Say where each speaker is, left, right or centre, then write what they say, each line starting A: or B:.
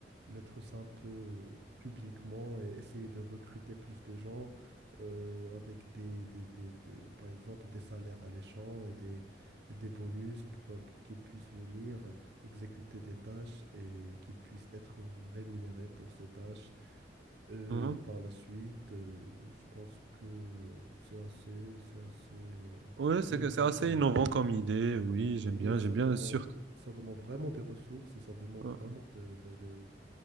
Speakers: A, on the right (about 65°); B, on the right (about 85°).
A: mettre ça un peu euh, publiquement et essayer de recruter plus de gens euh, avec des, des- des- des- par exemple, des salaires alléchants et des, et des bonus pour, euh, pour qu'ils puissent venir euh, exécuter des tâches et qu'ils puissent être rémunérés pour ces tâches. Euh,
B: Mhm.
A: par la suite, euh, je pense que c'est assez, c'est assez euh,
B: Ouais, c'est
A: innovant
B: que c'est assez
A: comme
B: innovant
A: idée.
B: comme idée. Oui,
A: Mais
B: j'aime bien,
A: ça
B: j'aime bien,
A: demande,
B: surtout.
A: ça demande vraiment des ressources et ça demande
B: euh,
A: vraiment de, de- de-